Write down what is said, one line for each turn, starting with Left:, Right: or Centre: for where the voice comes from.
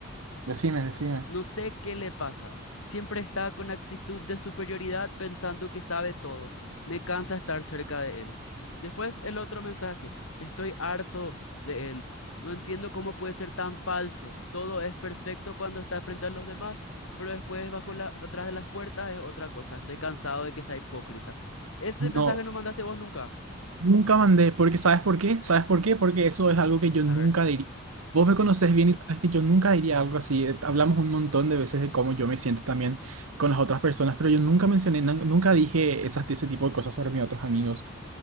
Right: Decime, decime.
Left: No sé qué le pasa. Siempre está con actitud de superioridad pensando que sabe todo. Me cansa estar cerca de él. Después el otro mensaje. Estoy harto de él. No entiendo cómo puede ser tan falso. Todo es perfecto cuando está frente a los demás, pero después bajo la, atrás de las puertas es otra cosa. Estoy cansado de que sea hipócrita. Ese mensaje
Right: No,
Left: no mandaste vos nunca.
Right: nunca mandé, porque ¿sabes por qué? ¿Sabes por qué? Porque eso es algo que yo nunca
Left: A ver.
Right: diría. Vos me conocés
Left: mm,
Right: bien y sabes que yo nunca diría algo así. Eh, Hablamos un montón de veces de cómo yo me siento también con las otras personas, pero yo nunca mencioné, nan- nunca dije esas, ese tipo de cosas sobre mis otros amigos.